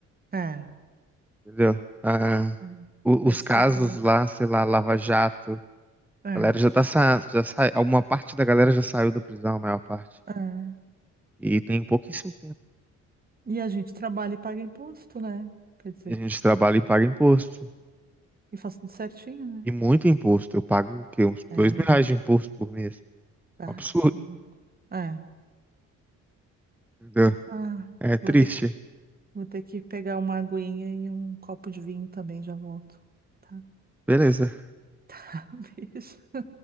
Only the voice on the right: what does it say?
é,
é.
Esse
que é o problema.
É,
é.
E a gente trabalha e paga imposto, né? Quer dizer,
e faz tudo certinho, né?
É,
tá,
tá bom. É.
Ah,
vou ter que, vou ter que pegar uma aguinha e um copo de vinho também, já volto. Tá?
<laughs> Beijo.